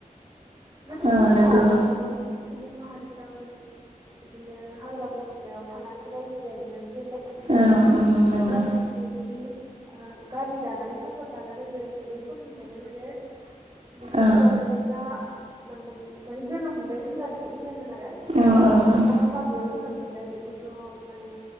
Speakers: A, on the right; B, on the right.
A: गोदोनि
B: औ
A: समाव
B: नोंगौ
A: माने सुबुं माहारि फ्रा माने बिदिनो हाग्रा बंग्रायाव थानानैसो रायजो जायोमोन जेब्ला ओमफ्राय
B: औ उम
A: ओ
B: नोंगौ
A: गामि बिदि ओ गामि दानानै संसार जानो रोंदों बे समनिफ्रायनो माने बिदि
B: औ
A: खुगा मेथाइफ्रा मान-माने जोनोम मोनदों होननानै बुंनांगोन आर रो
B: औ
A: माब्ला
B: ओं
A: माबेयाव जोनोम मोनदों बेखौथ' माने